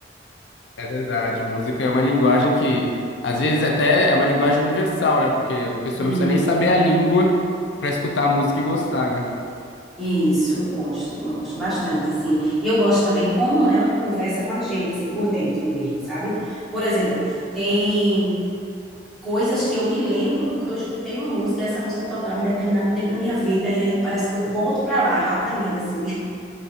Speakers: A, on the left; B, in the centre.
A: É verdade, música é uma linguagem que, às vezes, até é uma linguagem universal, né? Porque a pessoa
B: Uhum.
A: não precisa nem saber a língua para escutar a música e gostar, né?
B: Isso, eu gosto, gosto bastante, assim. E eu gosto também como ela conversa com a gente, assim, por dentro mesmo, sabe? Por exemplo, tem coisas que eu me lembro porque eu escutei uma música, e essa música tocava em determinado tempo da minha vida, e aí parece que eu volto pra lá rapidamente, assim.